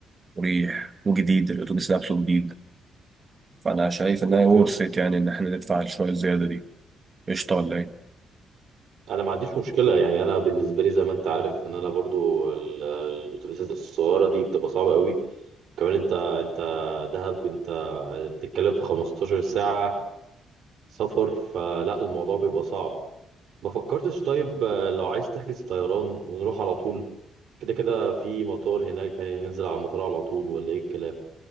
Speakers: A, on the right; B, on the right.
A: وريح وجديد الأتوبيس نفسه جديد فانا شايف انها
B: اوكي
A: ورثت يعني ان احنا ندفع شويه الزياده دي قشطه ولا ايه
B: انا ما عنديش مشكله يعني انا بالنسبه لي زي ما انت عارف ان انا برضو ال- الاتوبيسات الصغيره دي بتبقى صعبه قوي كمان انت انت دهب انت بتتكلم في 15 ساعه سفر فلا الموضوع بيبقى صعب ما فكرتش طيب آه، لو عايز تحجز طيران ونروح على طول كده كده في مطار هناك يعني ننزل على المطار على طول ولا ايه الكلام